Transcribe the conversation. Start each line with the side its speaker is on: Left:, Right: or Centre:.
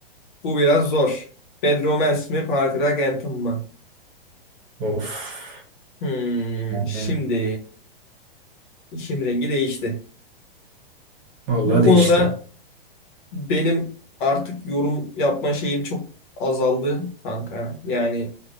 Left: Bu biraz zor. Bad Romance mi Party Rock Anthem mı?
Right: Of.
Left: Hmm,
Right: Yani
Left: şimdi işin rengi değişti.
Right: Vallahi
Left: Bu konuda
Right: değişti.
Left: benim artık yorum yapma şeyim çok azaldı kanka. Yani